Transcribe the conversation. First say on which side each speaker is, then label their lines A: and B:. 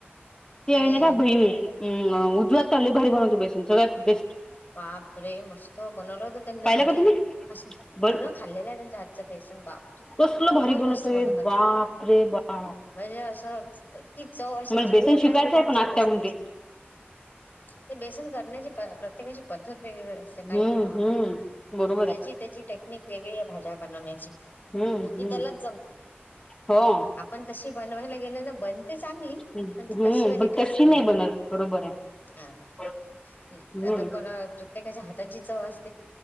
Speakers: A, on the left; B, on the left.
A: ते
B: म्हणजे
A: आहे ना का भईवे
B: काय
A: अं,
B: का
A: उजवा हाताले लई भारी बणवते बेसन सगळ्यात बेस्ट.
B: बाप रे! मस्त बनवलं होत त्यांना
A: पाहिला
B: घरी.
A: का तुम्ही
B: असं
A: बर
B: हो ना खाल्लेलं आहे त्यांच्या हातचा बेस सन. बापरे!
A: कसलं
B: खूपच
A: भारी बनवतोय
B: मस्त बनवतात,
A: बाप रे बाप.
B: म्हजे असच ती चव अशी
A: मला
B: जिभीवर
A: बेसन शिकायचं
B: राहते त्यांच्या
A: आहे पण आत्या
B: बेसनाची.
A: म्हणते
B: ते बेसन करण्याची प प्रत्येकाची पद्धत वेगगळे असते
A: हम्म
B: काही म्हणा.
A: हम्म बरोबर
B: ज्याची
A: आहे
B: त्याची टेक्निक वेगळी आहे भाज्या बनवण्याची.
A: हम्म
B: आणि ती
A: हम्म.
B: त्यालाच जमते.
A: हो
B: आपण तशी बनवायला गेल ना बन ते चांगली,
A: हम्म
B: पण ती तशीवाली
A: पण
B: टेस्ट
A: तशी
B: नाही येत.
A: बनत बरोबर
B: हां,
A: आहे.
B: नही.
A: हम्म
B: आता कोणा प्रत्येकाच्या हाताची चव अस